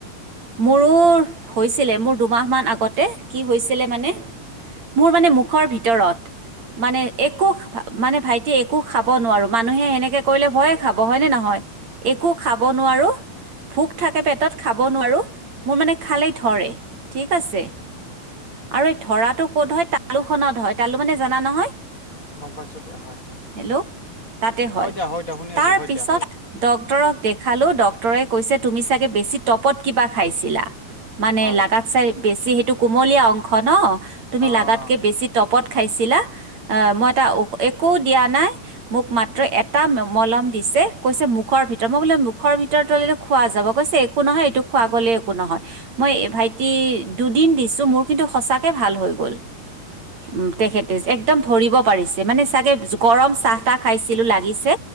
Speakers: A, on the right; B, on the left.
A: মোৰো হৈছিলে মোৰ দুমাহ মান আগত। কি হৈছিলে মানে মোৰ মানে মুখৰ ভিতৰত। মানে একো মানে ভাইটিয়ে একো খাব নোৱাৰো মানুহে সেনেকে কৰিলে ভয়ে খাব হয় নে নহয়। একো খাব নোৱাৰো ভোক থাকে পেটত খাব নোৱাৰো মোৰ মানে খালেই- ধৰে থিক আছে আৰু ধৰাটো ক'ত হয় তালু খনত হয়। তালু মানে জানা নহয়?
B: গম পাইছোঁ দিয়া হয়,
A: হেল্ল' তাতে হয়।
B: দিয়া দিয়া শুনি
A: তাৰ
B: আছোঁ হয়
A: পিছত
B: দিয়া হয়,
A: ড্ক্তৰক দেখালো ডক্টৰে কৈছে তুমি চাগে বেছি টপত, কিবা খাইছিলা মানে
B: হয়।
A: লাগাত চাই বেছি সেইটো কুমলীয়া অংশ ন - তুমি
B: অ'
A: লাগাতকে বেছি তপত খাইছিলা? অ মই এটা একো দিয়া নাই মোক মাত্ৰ এটা মলম দিছে কৈছে, মুখৰ ভিতৰত মই বোলে মুখৰ ভিতৰত তলেতো খোৱা যাব কৈছে একো নহয় এইটো খোৱা গলে একো নহয়। মই ভাইটি দুদিন দিছো মোৰ কিন্তু সঁচাকে ভাল হৈ গ'ল। উ
B: উম।
A: তেখেতে একদম ধৰিব। পাৰিছে মানে চাগে গৰম চাহ তাহ খাইছিলো লাগিছে